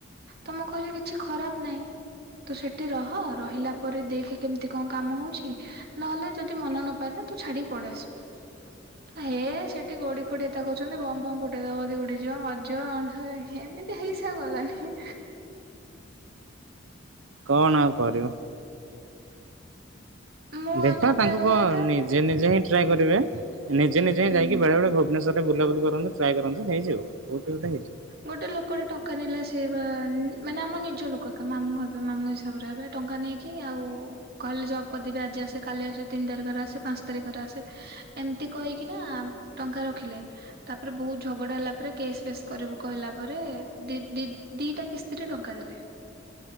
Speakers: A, on the right; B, on the right.
A: ତ ମୁଁ କହିଲି କିଛି ଖରାପ ନାହିଁ। ତୁ ସେଠି ରହ ରହିଲା ପରେ ଦେଖ କେମିତି କଣ କାମ ହଉଛି ନହେଲେ ଯଦି ମନ ନପାଲା। ତୁ ଛାଡି ପଳେଇ ଆସି
B: ହ
A: ହେ ସେଠି ଗୋଡି ଫୋଡି ଏତେ କହୁଛନ୍ତି ବମ ଫମ୍ ପ ପକେଇ ଦବ ଯଦି ଉଡ଼ିଯିବ ମରିଯିବ ଏମିତି ହେଇ ସେ ଆଉ ଗଲାନି।
B: କଣ ଆଉ କରିବ।
A: ମୁଁ
B: ଦେଖ
A: ତାପରେ
B: ତାଙ୍କୁ
A: କହିବା
B: କ
A: କଥା
B: ନିଜେ ନିଜେ ହିଁ ଟ୍ରାଏ କରିବେ ନିଜେ
A: ଉଁ
B: ନିଜେ ହିଁ ଯାଇକି ବେଳେ ବେଳେ ଭୁବନେଶ୍ ରେ ବୁଲା କରନ୍ତୁ ଟ୍ରା କରୁନ୍ତୁ ହେଇଯିବ କୋଉଠି ଗୋଟେ ହେଇଯିବ।
A: ଗୋଟେ ଲୋକଟେ ଟଙ୍କା ନେଲା ସେ ବା ମାନେ ଆମ ନିଜ ଲୋକ ମାମୁଁ ହେବେ ମାମୁ ହିସାବରେ ହେବେ। ଟଙ୍କା ନେଇକି ଆଉ କହଲେ ଜବ୍ କରିଦେବି ଆଜି ଆସେ କାଲି ଆସେ ତିନି ତାରି ଘରେ ଆସେ ପାଞ୍ଚ ତାରିଖ ଘରେ ଆସେ। ଏମିତି କହିକି ନା ଟଙ୍କା ରଖିଲେ। ତାପରେ ବହୁତ ଝଗଡା ହେଲା ପରେ କେସ୍ ଫେସ୍ କରିବୁ। କହିଲା ପରେ ଦି ଦି ଦିଟା କିସ୍ତିରେ ଟଙ୍କା ଦେଲେ।